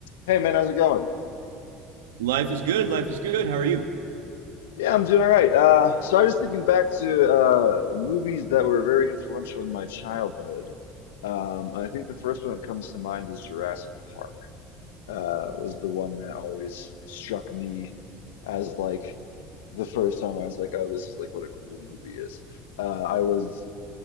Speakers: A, on the left; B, on the right.
A: Hey man, how's it going?
B: Life is good. Life is good. How are you?
A: Yeah, I'm doing all right. Uh, so I was just thinking back to uh, movies that were very influential in my childhood. Um, I think the first one that comes to mind is Jurassic Park. Uh, was the one that always struck me as like the first time I was like, oh, this is like what a cool movie is. Uh, I was